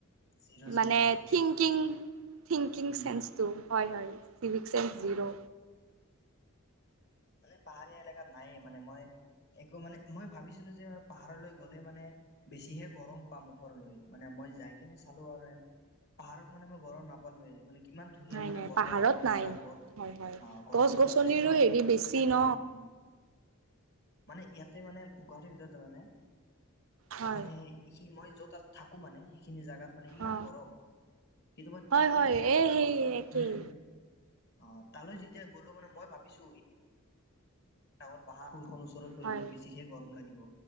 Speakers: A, on the left; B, on the right.
A: জিৰ' চিভিক
B: মানে
A: চেন্স,
B: থিংকিং। থিংকিং
A: উম,
B: চেন্সটো হয় হয় চিভিক চেন্স
A: হা।
B: জিৰ'।
A: মানে পাহাৰীয়া এলেকাত নাইয়ে মানে মই। একো মানে মই ভাবিছিলো যে পাহাৰলৈ গ'লে মানে বেছিহে গৰম পাম ওপৰলৈ মানে। মই যাই কিনে চালো আৰু পাহাৰত মানে মই গৰম নাপালোয়ে মানে। কিমান ধুনীয়া
B: নাই
A: মানে
B: নাই
A: বতাহ
B: পাহাৰত
A: ঠাণ্ডা
B: নাই।
A: গছ
B: হয় হয়
A: অ গছবোৰ
B: গছ গছনিৰো
A: আছে ন।
B: হেৰি বেছি
A: উম
B: ন
A: উম, মানে ইয়াত মানে গুৱাহাটীৰ ভিতৰত ত মানে
B: হয়
A: মানে এইখিনি মই যত তাত থাকো। একো মানে সেইখিনি জোগাত মানে ইমান
B: অ
A: গৰম। কিন্তু মই
B: হয়
A: তালৈ
B: হয়
A: যেতিয়া
B: এই
A: গ'লো
B: সেই একেই
A: উম অ তালৈ যেতিয়া গ'লো মানে মই ভাবিছো ডাঙৰ পাহাৰ কোনখন ওচৰত পৰিব
B: হয়
A: বেছিহে গৰম লাগিব